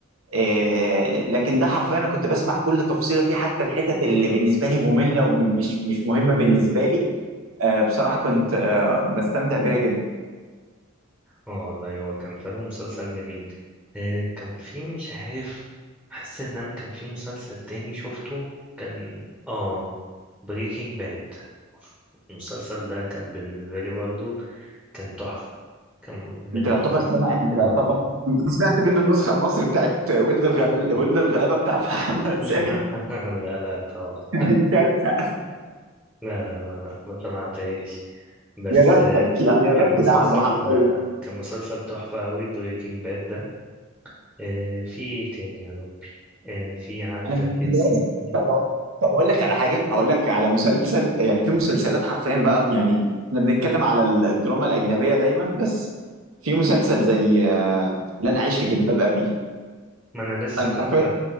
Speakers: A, on the right; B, in the centre.
A: آه، لكن ده حرفيا انا كنت بسمع كل تفصيله فيه حتى الحتت اللي بالنسبه لي ممله ومش مش مهمه بالنسبه لي آه، بصراحه كنت آه، بستمتع بيها جدا
B: اه والله هو كان فعلا مسلسل جميل آه، كان في مش عارف حاسس ان انا كان في مسلسل تاني شفته كان اه بريكنج باد المسلسل ده كان بالنسبة لي برضو كان تحفة كان من
A: انت
B: المسلسلات
A: يعتبر سمع
B: الحلوة
A: انت يعتبر
B: أوي
A: انت سمعت منه النسخه المصري بتاعت ولد الغلابه ولد الغلابه بتاع محمد
B: <laughs>
A: سامي
B: لا لا طبعا
A: <laughs> كانت كارثه
B: لا لا ما, ما سمعتهاش بس
A: يا بختك
B: آه،
A: يعني يا
B: كان
A: بختي
B: مسلسل
A: لعنه حرفيا
B: كان مسلسل تحفة أوي بريكنج باد ده آه، في إيه تاني يا ربي آه، في عندك
A: انا كنت
B: يا
A: بقول
B: سيدي
A: لك طب طب اقول لك على حاجه هقول لك على مسلسل يعني في مسلسلات حرفيا بقى يعني احنا بنتكلم على الدراما الاجنبيه دايما بس في مسلسل زي آه، لن اعيش في جلباب ابي
B: ما أنا لسه
A: انا
B: كنت
A: حرفيا